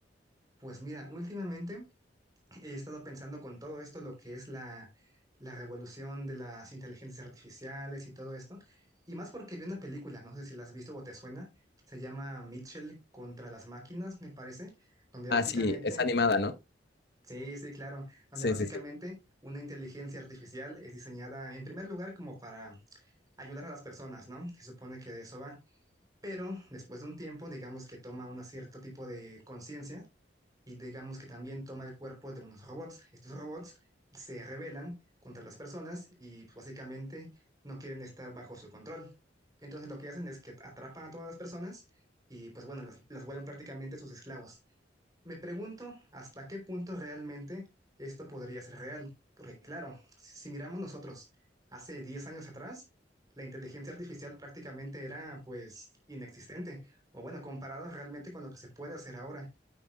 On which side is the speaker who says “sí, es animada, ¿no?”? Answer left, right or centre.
Left